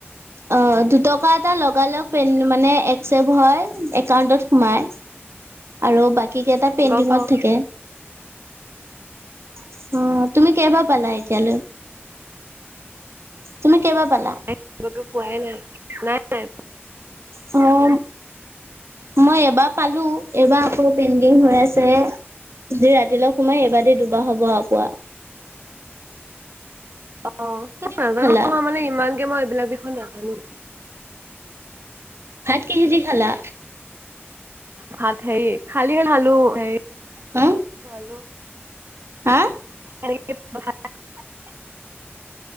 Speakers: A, on the right; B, on the right.
A: অ', দুটকা এটা লগাল লগে মানে এক্সেপ্ত হয় একাউণ্টত সোমাই। আৰু বাকী কেইটা পেণ্ডিঙত
B: গম পাও
A: থাকে। অ', তুমি কেইবাৰ পালা এতিয়ালৈ? তুমি কেইবাৰ পালা?
B: মই একো পোৱাই নাই, নাই নাই।
A: অ'। মই এবাৰ পালো এইবাৰ আকৌ পেইণ্ডিং হৈ আছে। যি ৰাতিলৈ সোমাই এইবাৰ দি দুবাৰ হব আৰু পোৱা।
B: অ',
A: কিদি
B: নাজানো
A: ভাত খালা?
B: মই মানে ইমানকে মই এইবিলাক বিষয় নাজানো।
A: ভাত কিহে দি খালা?
B: ভাত হেৰি খালি আলু হেৰি
A: হা
B: খালো
A: হা?
B: <unintelligible>